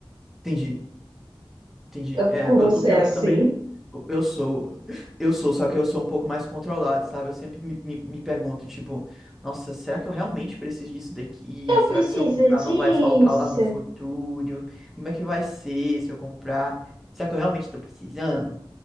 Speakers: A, in the centre; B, on the right (about 55°).
A: Entendi. Entendi.
B: Eu,
A: É,
B: com
A: o
B: você
A: pior
B: é
A: é
B: assim,
A: que eu também. Eu sou. Eu sou, só que eu sou um pouco mais controlado, sabe? Eu sempre me, me, me pergunto, tipo, nossa, será que eu realmente preciso disso daqui?
B: eu
A: Será
B: preciso
A: que se eu comprar
B: disso.
A: não vai faltar lá no futuro? Como é que vai ser se eu comprar? Será que eu realmente tô precisando?